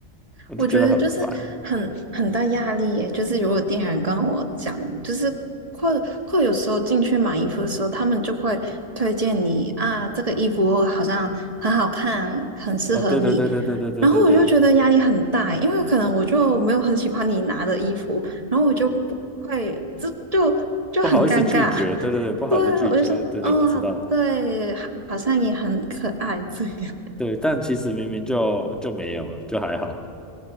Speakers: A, in the centre; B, on the right (about 30°).
A: 我就觉得很烦。
B: 我觉得就是很很大压力耶，就是如果店员跟我讲，就是会会有时候进去买衣服的时候，他们就会推荐你啊，这个衣服好像很好看，很适合你，
A: 啊，对对对对对对对对对，
B: 然后我就觉得压力很大，因为可能我就没有很喜欢你拿的衣服，然后我就不会，这就就很尴尬。
A: 不好意思拒绝，
B: <laughs>
A: 对对对，不好意思拒绝，
B: 对啊，我就说哦，
A: 对对，我知道，
B: 好对，好像也很可爱这样。
A: 对，但其实明明就就没有，就还好，